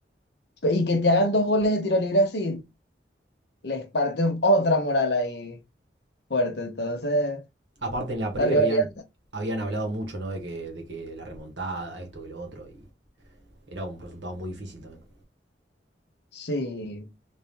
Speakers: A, on the left; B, on the right.
A: Y que te hagan dos goles de tiro libre así, les parte otra moral ahí fuerte. Entonces,
B: Aparte, en la
A: la
B: previa
A: rivalidad,
B: habían, habían hablado mucho, ¿no? De que, de que la remontada, esto, que lo otro, y era un resultado muy difícil también.
A: sí.